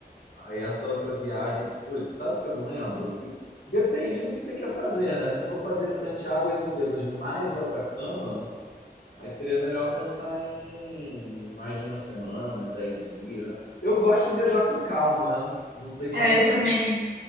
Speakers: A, on the left; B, on the right.
A: Aí essa outra viagem, putz, sabe que eu não lembro? Se- depende do que você quer fazer, né? Se for fazer Santiago e Redondezas mais o Atacama, aí seria melhor pensar em mais de uma semana, uns 10 dias, né? Eu gosto de viajar com calma, né? Não sei como
B: É,
A: é
B: eu
A: que
B: também.
A: você,